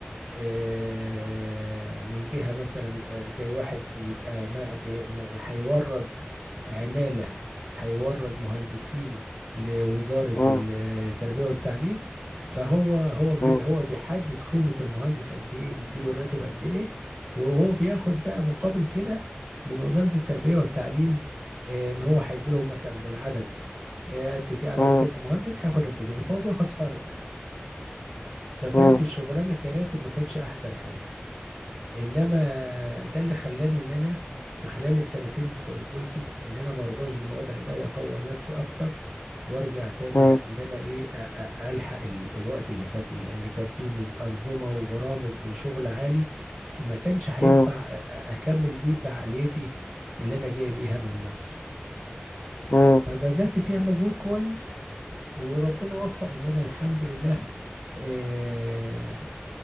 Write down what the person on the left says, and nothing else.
مم،
مم،
مم،
مم،
مم،
مم، مم،
مم،